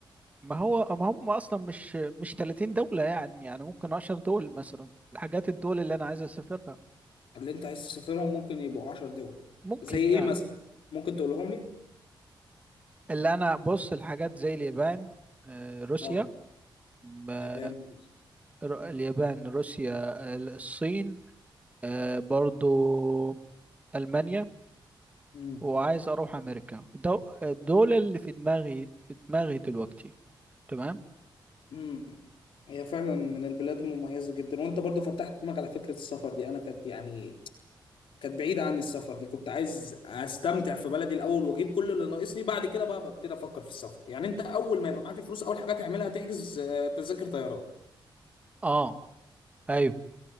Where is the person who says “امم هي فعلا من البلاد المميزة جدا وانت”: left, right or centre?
Left